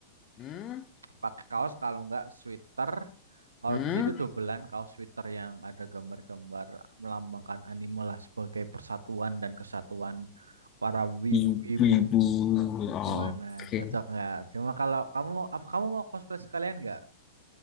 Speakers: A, on the left; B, on the right.
A: Hmm?
B: pakai kaos kalau nggak sweater kalau
A: Hmm?
B: bisa itu dobelan kaos sweater yang ada gambar-gambar melambangkan anime lah sebagai persatuan dan kesatuan para wibu-wibu
A: Ibu-ibu. Oke.
B: Gimana? Cocok nggak? Cuma kalau kamu mau apa kamu mau cosplay sekalian nggak?